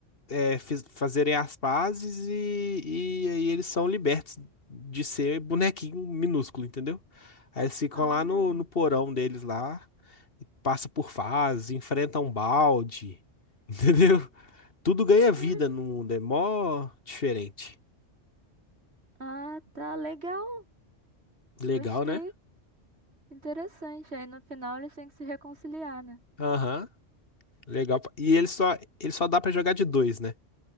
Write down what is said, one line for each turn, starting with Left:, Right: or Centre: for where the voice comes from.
Left: é, fiz- fazerem as pazes e, e aí eles são libertos de ser bonequinho minúsculo, entendeu? Aí eles ficam
Right: Ah,
Left: lá no, no porão deles lá, e passa por fases, enfrenta um balde, <laughs> entendeu? Tudo ganha vida
Right: pois.
Left: no mundo, é mó diferente.
Right: Ah, tá legal.
Left: Legal,
Right: Gostei.
Left: né?
Right: Interessante. Aí no final eles têm que se reconciliar, né?
Left: Aham, legal. pra- E ele só, ele só dá pra jogar de dois, né?